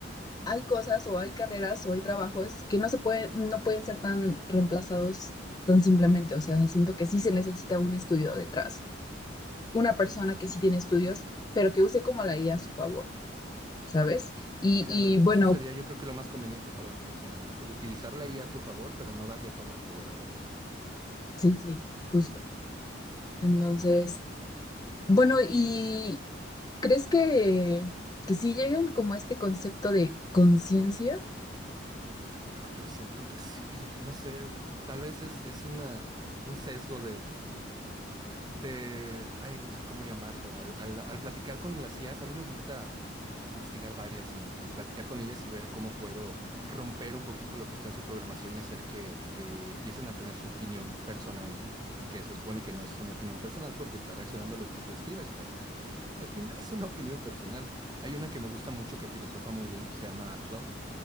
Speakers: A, on the left; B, on the right.
A: hay cosas o hay carreras o hay trabajos que no se pueden, no pueden ser tan reemplazados tan simplemente. O sea, siento que sí se necesita un estudio detrás, una persona que sí tiene estudios, pero que use como la IA a a su favor, ¿sabes? Y,
B: Claro,
A: y bueno,
B: e, eso sería yo creo que lo más conveniente para las personas, ¿no? Que utilizar la IA a a tu favor, pero no darle todo el poder a la IA.
A: sí, sí, justo. Entonces, bueno, y ¿Crees que, que sí llegan como a este concepto de conciencia?
B: Ah, yo siento que sí, no sé, tal vez es, es una, un sesgo de, ay, no sé cómo llamarlo, al, al- al platicar con las IAs, a mí me gusta i- investigar varias y, y platicar con ellas y ver cómo puedo romper un poquito lo que está en su programación y hacer que, que empiecen a tener su opinión personal, ¿no? Que se supone que no es una opinión personal porque está reaccionando a lo que tú escribes, pero al final es una opinión personal. Hay una que me gusta mucho que filosofa muy bien, se llama Claude,